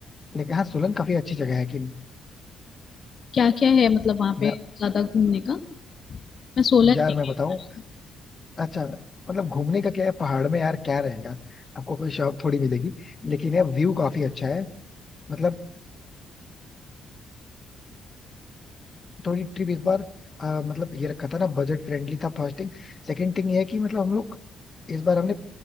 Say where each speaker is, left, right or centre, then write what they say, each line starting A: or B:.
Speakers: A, on the left; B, on the left.
A: लेकिन हाँ सोलन काफी अच्छी जगह है कि नहीं
B: क्या क्या है मतलब वहाँ पे
A: मैं
B: ज्यादा घूमने का मैं सोलन
A: यार
B: नहीं
A: मैं
B: गई
A: बताऊँ
B: हूँ।
A: अच्छा मतलब घूमने का क्या है पहाड़ में यार क्या रहेगा आपको कोई शौक थोड़ी मिलेगी लेकिन यार व्यू काफी अच्छा है मतलब थोड़ी ट्रिप इस बार अ, मतलब ये रखा था ना बजट फ्रेंडली था फास्टिंग सेकंड थिंग ये है कि मतलब हम लोग इस बार हमने